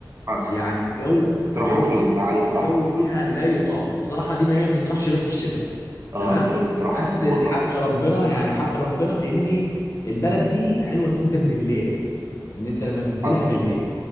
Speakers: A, on the right; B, on the left.
A: حصل
B: يعني الجو
A: تروحها
B: الجو
A: في
B: فيها
A: الميعاد الصح
B: الجو
A: الصراحة
B: فيها لا يطاق بصراحه دي ما هي ما تطرحش غير في الشتاء
A: اه
B: تمام
A: انت لازم تروحها
B: بس
A: تظبطها
B: الحق
A: في الصيف
B: ربنا يعني حق ربنا ان البلد دي حلوه جدا بالليل ان انت لما تنزلها
A: حصل
B: بالليل